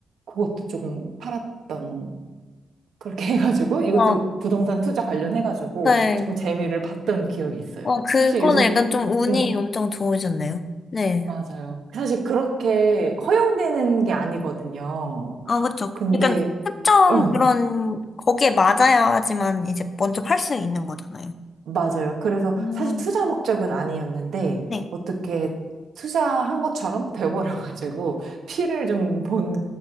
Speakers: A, on the right (about 75°); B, on the left (about 40°).
A: 그것도 조금 팔았던 그렇게 <laughs> 해가지고 이것도
B: 아,
A: 부동산 투자 관련해가지고
B: 네.
A: 조금 재미를 봤던 기억이 있어요.
B: 어, 그거는
A: 혹시 요즘,
B: 약간 좀 운이
A: 음,
B: 엄청 좋으셨네요. 네.
A: 맞아요. 사실 그렇게 허용되는 게 아니거든요.
B: 아, 그쵸.
A: 근데,
B: 약간 특정
A: 응,
B: 그런, 거기에 맞아야지만 이제 먼저 팔 수 있는 거잖아요.
A: 맞아요. 그래서
B: 음.
A: 사실 투자 목적은 아니었는데
B: 네.
A: 어떻게 투자한 것처럼 돼버려가지고 피를 좀 본